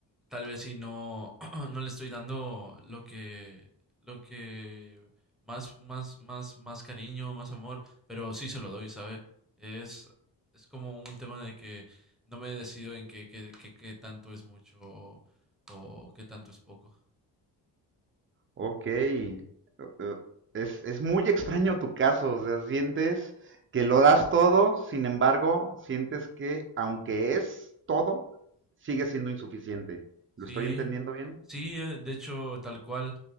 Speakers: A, in the centre; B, on the right.
A: tal vez si no, <clears throat> no le estoy dando lo que, lo que más, más, más, más cariño, más amor, pero sí se lo doy, ¿sabe? Es, es como un tema de que no me decido en qué, qué, qué, qué tanto es mucho o, o qué tanto es poco.
B: ok. Eh, eh, Es, es muy extraño tu caso. O sea, sientes que lo das todo, sin embargo, sientes que aunque es todo, sigue siendo insuficiente.
A: Sí,
B: ¿Lo estoy entendiendo bien?
A: sí, eh, de hecho, tal cual,